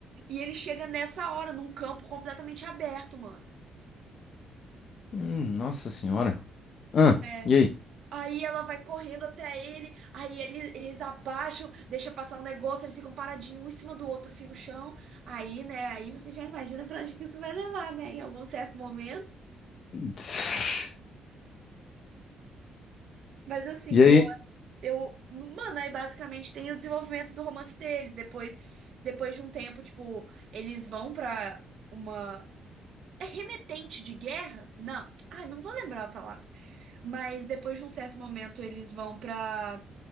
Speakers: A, on the right; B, on the left.
A: E ele chega nessa hora, num campo completamente aberto, mano.
B: Hum, nossa senhora. Ah,
A: É.
B: e aí?
A: Aí ela vai correndo até ele, aí ele- eles abaixam, deixa passar um negócio, eles ficam paradinhos um em cima do outro, assim, no chão. Aí, né, aí você já imagina pra onde que isso vai levar, né, em algum certo momento.
B: <laughs>
A: Mas assim,
B: E aí?
A: eu, eu, mano, aí basicamente tem o desenvolvimento do romance deles. Depois, depois de um tempo, tipo, eles vão pra uma é remetente de guerra? Não. Ah, não vou lembrar a palavra. Mas depois de um certo momento, eles vão pra